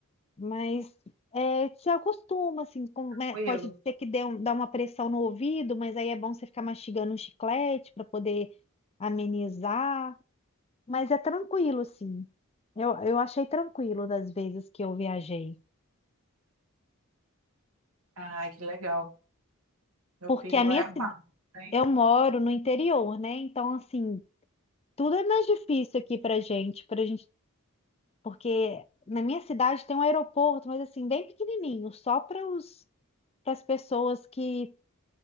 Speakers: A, on the left; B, on the right.
A: Mas é, se acostuma, assim, com- né,
B: Tranquilo.
A: pode ser que dê um, dá uma pressão no ouvido, mas aí é bom você ficar mastigando um chiclete para poder amenizar. Mas é tranquilo, assim. Eu, eu achei tranquilo das vezes que eu viajei.
B: Ai, que legal. Meu
A: Porque
B: filho
A: a minha
B: vai amar. Tem.
A: Eu moro no interior, né? Então, assim, tudo é mais difícil aqui pra gente, pra gente, porque na minha cidade tem um aeroporto, mas assim, bem pequenininho, só para os para as pessoas que